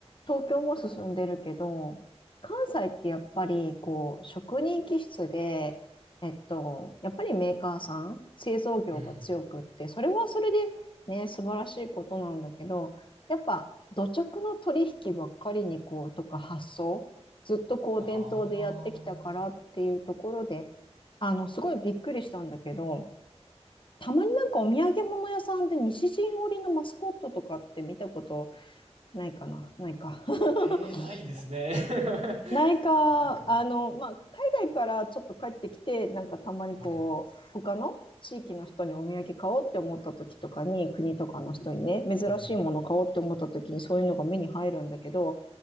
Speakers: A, on the left; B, on the right.
A: 東京も進んでるけど、関西ってやっぱりこう職人気質で、えっと、やっぱりメーカーさん、製造業が強くって、
B: うん。
A: それはそれでね、素晴らしいことなんだけど、やっぱ土着の取引ばっかりにこうとか発想ずっとこう伝統でやってきたからっていうところで
B: ああ。
A: あのすごいびっくりしたんだけどたまになんかお土産物屋さんで西陣織のマスコットとかって見たことないかなないか <laughs>。
B: ええー、ないですね。<laughs> なんかもう、
A: ないか、あの、まあ、海外からちょっと帰ってきて、なんかたまにこう、
B: はい。
A: 他の地域の人にお土産買おうって思った時とかに、国とかの人にね、珍しいもの買おうって思った時にそういうのが目に入るんだけど、
B: うん。